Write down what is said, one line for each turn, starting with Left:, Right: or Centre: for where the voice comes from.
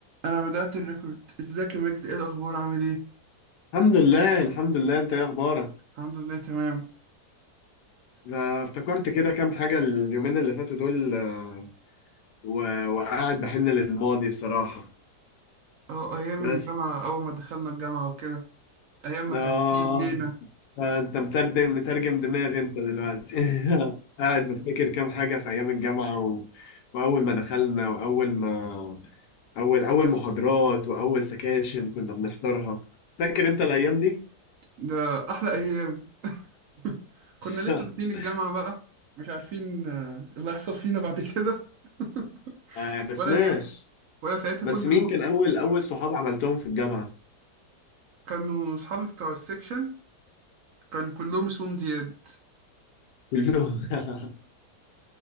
Right: انا بدأت الريكورد ازيك يا ميكس ايه الاخبار عامل ايه
Left: الحمد لله الحمد لله انت ايه اخبارك
Right: الحمد لله تمام
Left: أنا افتكرت كده كام حاجة اليومين اللي فاتوا دول آه، و- وقاعد بحن للماضي بصراحة
Right: اه ايام
Left: بس
Right: الجامعة اول ما دخلنا الجامعة وكده ايام ما
Left: آه
Right: كان في جنينة
Left: آه، انت مترجم مترجم دماغي انت دلوقتي <laughs> قاعد بفتكر كام حاجة في ايام الجامعة و... واول ما دخلنا واول ما اول اول محاضرات واول سكاشن كنا بنحضرها فاكر انت الايام دي
Right: ده احلى ايام <laughs> كنا
Left: <laughs>
Right: لسه داخلين الجامعة بقى مش عارفين آه، اللي هيحصل فينا بعد كده
Left: ما
Right: <laughs>
Left: عرفناش
Right: ولا ساعتها ولا ساعتها
Left: بس
Right: كنا
Left: مين
Right: من
Left: كان اول اول صحاب عملتهم في الجامعة
Right: كانوا اصحابي بتوع السكشن كان كلهم اسمهم زياد
Left: كله <laughs>